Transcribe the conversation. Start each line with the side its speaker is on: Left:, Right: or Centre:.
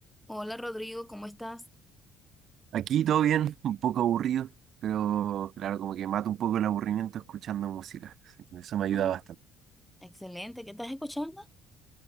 Centre: Hola Rodrigo, ¿cómo estás?
Right: Aquí todo bien, un poco aburrido, pero claro, como que mato un poco el aburrimiento escuchando música. Sí, Eso me ayuda
Centre: Ay,
Right: bastante.
Centre: excelente, ¿qué estás escuchando?